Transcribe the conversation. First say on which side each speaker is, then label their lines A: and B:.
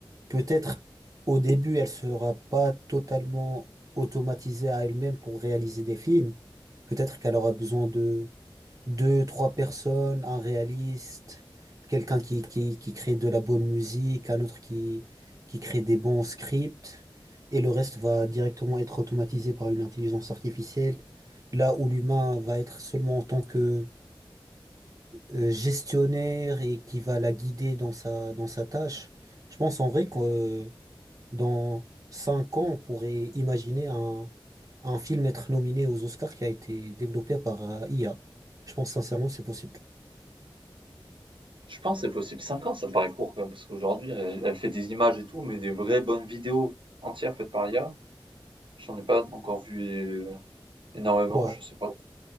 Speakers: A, on the right; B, on the right.
A: Peut-être au début, elle sera pas totalement automatisée à elle-même pour réaliser des films. Peut-être qu'elle aura besoin de deux, trois personnes, un réaliste, quelqu'un qui, qui, qui crée de la bonne musique, un autre qui, qui crée des bons scripts, et le reste va directement être automatisé par une intelligence artificielle, là où l'humain va être seulement en tant que euh, gestionnaire et qui va la guider dans sa, dans sa tâche. Je pense en vrai que euh, dans cinq ans, on pourrait imaginer un, un film être nominé aux Oscars qui a été développé par euh, IA. Je pense sincèrement que c'est possible.
B: Je pense que c'est possible. 5 ans, ça me paraît court quand même, parce qu'aujourd'hui, elle, elle fait des images et tout, mais des vraies bonnes vidéos entières faites par l'IA, j'en ai pas encore vu Énormément,
A: Ouais.
B: je sais pas.